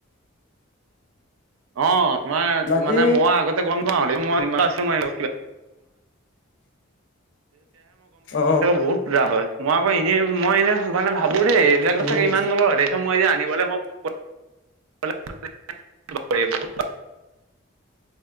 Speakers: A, on the right (about 85°); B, on the left (about 55°).
A: অ' তোমাৰ
B: বাকী
A: মানে মই আগত <unintelligible> গ'ম পাইছো এইবিলাকৰ
B: অ
A: বহুত লাভ হয়, মই আকৌ এনেই মই এনেই মানে ভাবো দেই এইবিলাকত
B: উম
A: চাগে ইমান নলয়। মই যে আনিবলৈ মই <unintelligible>